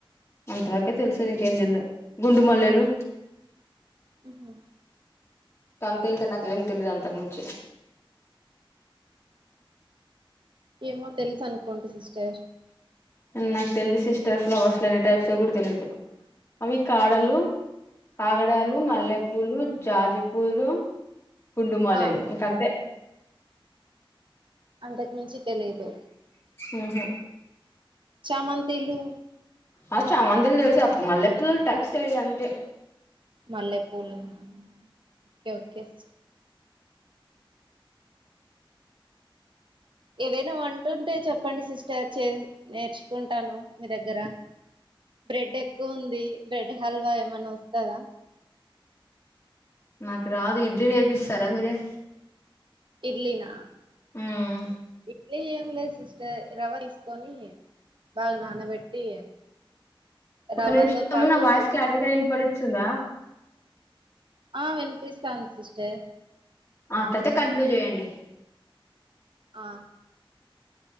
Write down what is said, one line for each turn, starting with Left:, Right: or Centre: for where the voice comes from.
Left: అంతవర తెలిసేది ఇంకేం తెలదు గుండు మల్లెలు
Right: ఉహ
Left: తంతే ఇంకా నాకు ఏం తెలీదు అంతకు మించి
Right: ఏమో తెలుసు అనుకోంటి సిస్టర్
Left: నాకు తెలిదు సిస్టర్ ఫ్లవర్స్ లో ఎన్ని టైప్స్ కూడా తెలిదు. అవి కాడలు కాగడాలు మల్లెపూలు
Right: ఆ
Left: జాజీపూలు గుండుమలెలు
Right: ఆ
Left: ఇంకంతే
Right: అంతకు మించి తెలీదు
Left: ఓహో
Right: చామంతంతిలు
Left: అ చా మందిలు తెలుసా మల్లె పల్లలు టైప్స్ తెలిద అంతే
Right: మల్లెపూలు ఓకే ఓకేర్ ఏవైనా వంటుంటే చెప్పండి సిస్టర్ చే నేర్చుకుంటాను మీ దగ్గర బ్రెడ్ ఎక్కువ ఉంది బ్రెడ్ హల్వా ఏమన్నా వస్తుందా
Left: నాకు రాదు ఇడ్లు నేర్పిస్తారా మీరే
Right: ఇడ్లిన్న
Left: ఉమ్
Right: మళ్ళీ ఏం లేదు సిస్టర్ రవ తీసుకొని బాగా నానబెట్టి
Left: ఒక
Right: రవ్వతో
Left: నిమిషం
Right: పాటు
Left: నా వాయిస్ క్లారిటీగా వినపడిస్తుందా
Right: ఆ వినిపిస్తది సిస్టర్
Left: ఆట్లయితే కంటిన్యూ చేయండి
Right: ఆ